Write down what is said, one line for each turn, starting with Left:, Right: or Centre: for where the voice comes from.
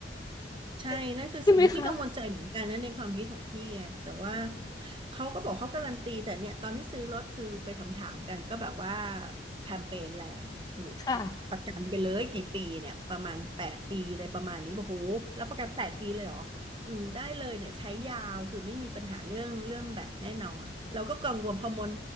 Right: ใช่นั่นคือสิ่งที่พี่กังวลใจเหมือนกันนะในความคิดของพี่อะแต่ว่า
Left: <laughs> ใช่ไหมคะ
Right: เขาก็บอกเขาการันตีแต่เนี่ยตอนที่ซื้อรถคือไปถามถามกันก็แบบว่าแคมเปญแรงถูก
Left: ค่ะ
Right: ประกันไปเลยกี่ปีเนี่ยประมาณแปดปีอะไรประมาณนี้บอกโหรับประกันแปดปีเลยเหรออืมได้เลยเนี่ยใช้ยาวคือไม่มีปัญหาเรื่องเรื่องแบตแน่นอนเราก็กังวลพอมัน